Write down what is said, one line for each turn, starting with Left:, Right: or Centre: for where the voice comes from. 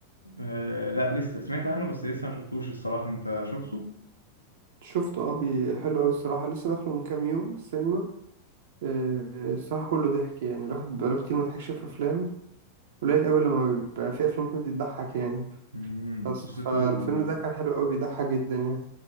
Left: آه، لا لسه سمعت عنه بس لسه ما شفتوش الصراحة أنت شفته؟
Right: شفته أه بي- حلو أوي الصراحة لسه داخله من كام يوم السينما آه، الصراحة كله ضحك يعني الواحد بقاله كتير ما ضحكش في أفلام قليل أوي لما بيبقى في أفلام كوميدي بتضحك يعني
Left: أمم،
Right: بس
Left: قصته
Right: فالفيلم ده كان حلو أوي بيضحك جدا يعني